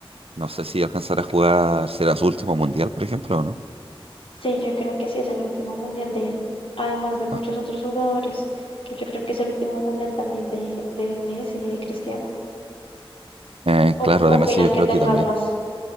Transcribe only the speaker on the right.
no sé si alcanzará a jugar, será su último mundial, por ejemplo, o no.
Ah,
eh, claro,
de
Messi yo creo
que también.